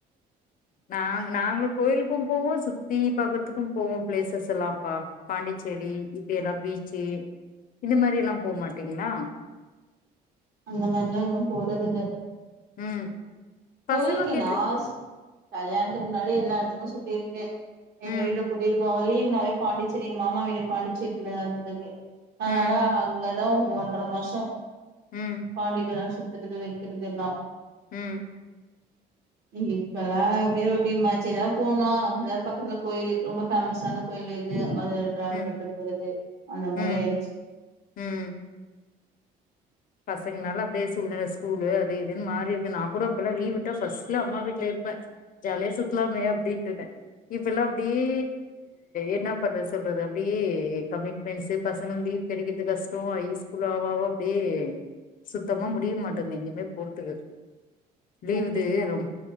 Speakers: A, on the left; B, on the right.
A: நாங் நாங்களு கோயிலுக்கும் போவோ சுத்தி பக்குறத்துக்கும் போவோ பிளேசஸ் எல்லாம்ப்பா பாண்டிச்சேரி இப்டி எல்லா பீச்சு இந்த மாரி எல்லாம் போ மாட்டீங்களா
B: அந்த மாதிரிலா எதுவும் போறது இல்ல
A: ம்
B: போயிருக்கே
A: பசங்க கிட்ட
B: நாஸ் கல்யாணத்துக்கு முன்னாடி எல்லா இருக் தெனோ சுத்தி இருக்கேன் எங்க
A: ம்
B: வீட்ல குடியிருக்கோம் வலி உன்னாவே பாண்டிச்சேரி எங்க மாமா வீடு பாண்டிச்சேரிலதா இருந்தது அதனால
A: ம்
B: அங்க லவுங் ஒன்றர மாசம்
A: ம்
B: பாண்டிலதா சுத் தறது வைக்கிறது எல்லாம்
A: ம்
B: இங் இப்பல்லாம் அப்டே ரொட்டின் மாச்சிதான் போனோம் எதா பக்கத்துல கோயில் ரொம்ப ஃபேமஸான கோயிலு இது அது ட்ராவல்
A: ம்
B: பண்ட்டு போறது அந்த
A: ம்
B: மாரி ஆயிடுச்சி
A: ம் பசங்கனால அப்டே சூழ்நெல ஸ்கூல்லு அது இதுன்னு மாறிருது நான் கூட அப்பல்லா லீவ் விட்டா ஃபர்ஸ்ட்ல அம்மா வீட்ல இருப்பே ஜாலியா சுத்தலாமே அப்படின்ட்டுனு இப்ப எல்லாம் அப்டியே என்ன பண்றது சொல்றது அப்டியே கமிட்மெண்ட்ஸு பசங்க லீவ் கெடைக்கிறது கஷ்டம் ஐ ஸ்கூல் ஆவ ஆவ அப்டே சுத்தமா முடியமான்ட்டது எங்கயுமே போறுத்துக்கு லீவு
B: கண்டிப்பா
A: இது ரொம்